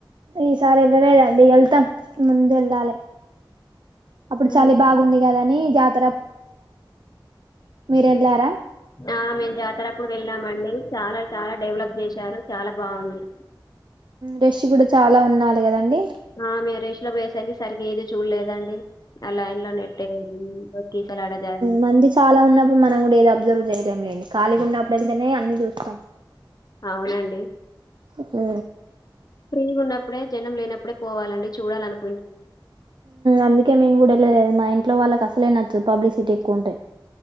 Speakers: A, on the right; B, on the left.
A: ఈసారి ఎల్లలేదు అండి ఎల్తం ముందు ఎల్లాలే అప్పుడు
B: ఉమ్
A: చలి బాగుంది గదా అనీ జాత్ మీరు వెళ్ళారా
B: ఆ మేము జాతర అప్పుడు వెళ్ళామ్ అండి చాలా చాలా డెవలప్ చేశారు చాల బాగుంది
A: రష్ గూడ చాలా ఉన్నాలి కదండీ
B: ఆ మేరష్ లో పోయేసరికి సరిగా ఏది చూడలేదండి ఆ లైన్ లో నెట్టేయడం తొక్కిసలాట జరగడం
A: మంది చాలా ఉన్నప్పుడు మనం కూడ ఏదీ అబ్జర్వ్ చేయలేం లేండి ఖాళీ ఉన్నప్పుడు యెల్తనే అన్నీ చూస్తాం
B: అవునండి.
A: హ్మ
B: ఫ్రీ ఉన్నప్పుడే జన్నం లేనప్పుడే పోవాలండి చూడాలనినుకు
A: అందుకే మేము కూడాలేదు మా ఇంట్లో వాళ్ళకుస్త పల నచ్చు పబ్లిసిటీ ఎకుౌంటట్